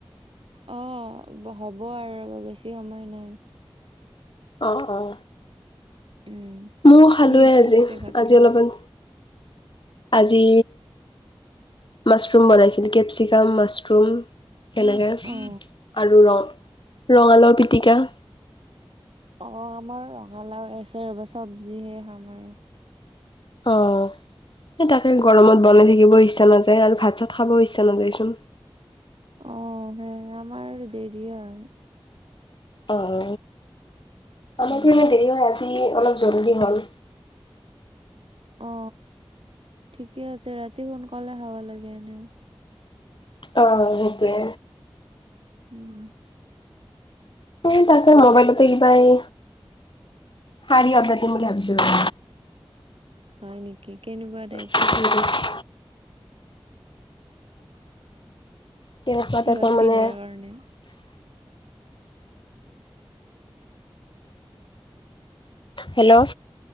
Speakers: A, on the right (about 75°); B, on the left (about 60°).
A: অ হ'ব আৰু বেছি সময় নাই।
B: অ অ।
A: উম
B: মই খালোৱে
A: কি আছিল
B: আজি
A: পিছে ভাতৰ
B: আজি
A: লগত
B: অলপমান। আজি মছৰুম বনাইছিল। কেপচিকাম, মছৰুম সেনেকে
A: অ
B: আৰু অ ৰঙালাও পিটিকা।
A: অ আমাৰ ৰঙালাও আছে ৰবা চবজিহে খাম আৰু।
B: অ সে তাকে গৰমত বনাই থাকিবও ইচ্ছা নাযায় আৰু ভাত চাত খাবও ইচ্ছা নাযায় চোন।
A: অ সে আমাৰ দেৰিয়ে হয়।
B: অ-অ, আমাৰতো
A: উম
B: এনে দেৰি হয় আজি অলপ জল্দি হ'ল।
A: অ ঠিকে আছে ৰাতি সোনকালে খাব লাগে এনেও।
B: অ-অ, সেইটোৱে।
A: উম।
B: এই তাকে মবাইলতে কিবা এই শাৰী অৰ্ডাৰ দিম বুলি ভাবিছিলো।
A: হয় নেকি? কেনেকুৱা টাইপ?
B: <unintelligible>
A: <inaudible>
B: কেনেকুৱা
A: কিহত
B: টাইপৰ মানে
A: পিন্ধাৰ কাৰণে?
B: হেল্ল'।